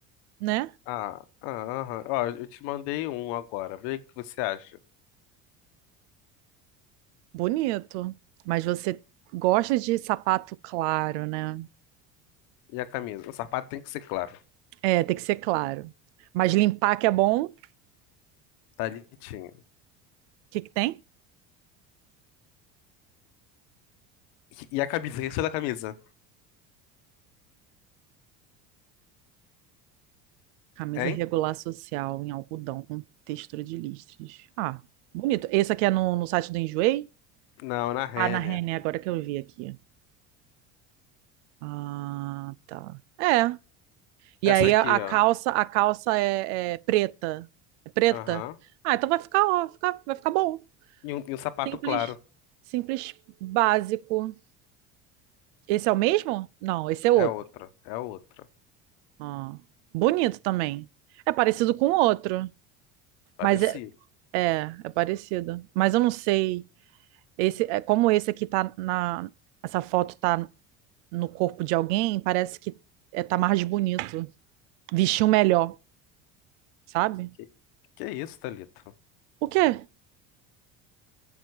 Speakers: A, on the right (about 80°); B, on the left (about 75°).
A: né?
B: Ah, ah, aham. Ó, eu te mandei um agora. Vê o que você acha.
A: Bonito. Mas você gosta de sapato claro, né?
B: E a camisa? O sapato tem que ser claro.
A: É, tem que ser claro. Mas limpar que é bom, o
B: Tá litinha.
A: que que tem?
B: E e a camisa? O que você da camisa?
A: Camisa
B: Hein?
A: regular social em algodão com textura de listras. Ah, bonito. Esse aqui é no, no site do Enjoei?
B: Não, na Renner.
A: Ah, na René, agora que eu vi aqui. Ah, tá. É. E
B: Essa
A: aí
B: aqui,
A: a, a
B: ó.
A: calça, a calça é, é preta. É preta?
B: Aham.
A: Ah, então vai ficar, ó, vai ficar, vai ficar bom.
B: E um, e um sapato
A: Simples,
B: claro.
A: simples, básico. Esse é o mesmo? Não, esse é outro.
B: É outra. É outra.
A: Ah, bonito também. É parecido com o outro.
B: Parecido.
A: Mas é, É, é parecido. Mas eu não sei. Esse, é, como esse aqui tá na. Essa foto tá no corpo de alguém, parece que é, tá mais bonito. Vestiu melhor, sabe?
B: Que, que isso, Thalita?
A: O quê?